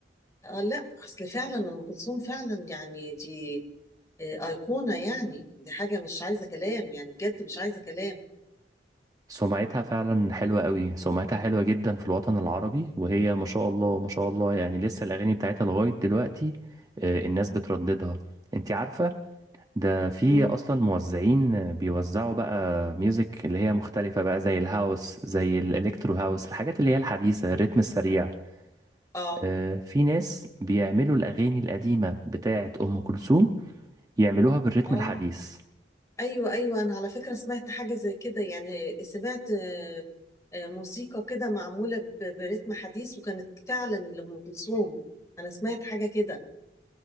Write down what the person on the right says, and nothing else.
سمعتها فعلا حلوة قوي سمعتها حلوة جدا في الوطن العربي وهي ما شاء الله ما شاء الله يعني لسه الاغاني بتاعتها لغاية دلوقتي آه، الناس بترددها انت عارفة ده في
اصلا موزعين بيوزعوا بقى ميوزك اللي هي مختلفة بقى زي الهاوس زي الالكترو هاوس الحاجات اللي هي الحديثة الريتم السريع
آه، في ناس بيعملوا الاغاني القديمة بتاعة ام كلثوم يعملوها بالريتم
الحديث